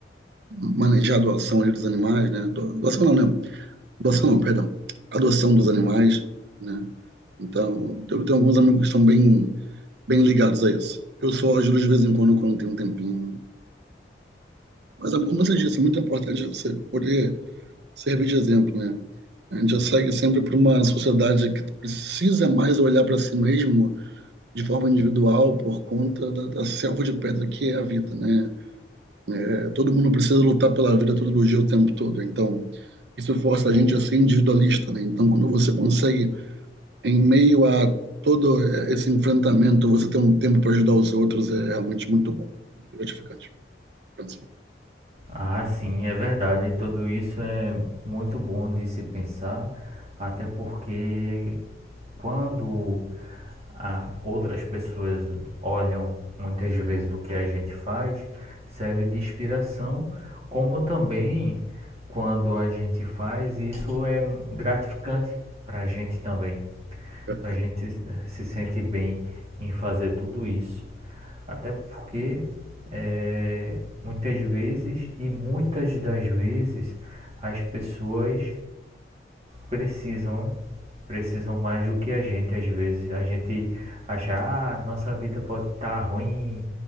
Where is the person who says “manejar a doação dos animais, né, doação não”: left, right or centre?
Right